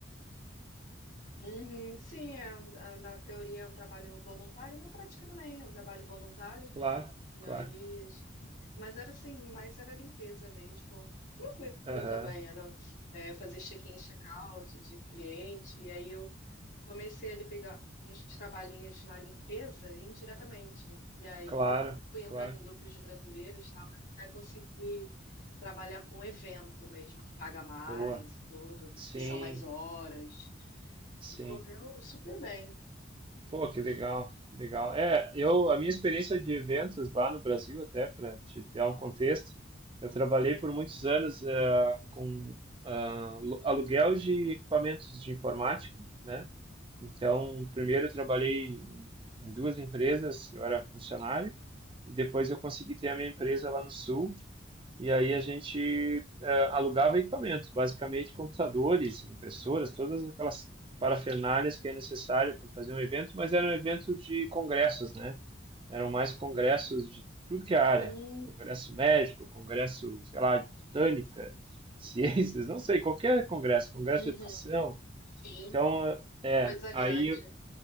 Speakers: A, on the left; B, on the right.
A: Uhum, sim, é, na teoria é um trabalho voluntário, na prática também é um trabalho voluntário.
B: Claro,
A: E
B: claro.
A: aí, mas era assim, mas era limpeza mesmo. Tranquilo
B: Aham,
A: também, era é, fazer check-in, check-out de cliente. E aí eu comecei ali pegar uns trabalhinhos na limpeza indiretamente. E aí
B: claro,
A: fui entrando
B: claro.
A: em grupos de brasileiros, e tal, até conseguir trabalhar com evento mesmo, que paga mais
B: Boa.
A: e tudo,
B: Sim,
A: e são mais horas.
B: sim.
A: E correu super bem.
B: Pô, que legal, que legal. É, eu, a minha experiência de eventos lá no Brasil, até para te dar um contexto, eu trabalhei por muitos anos eh, com ah, alu- aluguel de equipamentos de informática, né? Então, primeiro eu trabalhei em, em duas empresas, eu era funcionário, e depois eu consegui ter a minha empresa lá no Sul, e aí a gente eh, alugava equipamentos, basicamente computadores, impressoras, todas aquelas parafernálias que é necessário para fazer um evento, mas eram eventos de congressos, né? Eram mais congressos de tudo que é área,
A: Hum,
B: congresso médico, congresso, sei lá, de botânica, <laughs> ciências, não sei, qualquer congresso, congresso
A: uhum,
B: de educação.
A: sim,
B: Então, eh, é,
A: coisa grande.
B: aí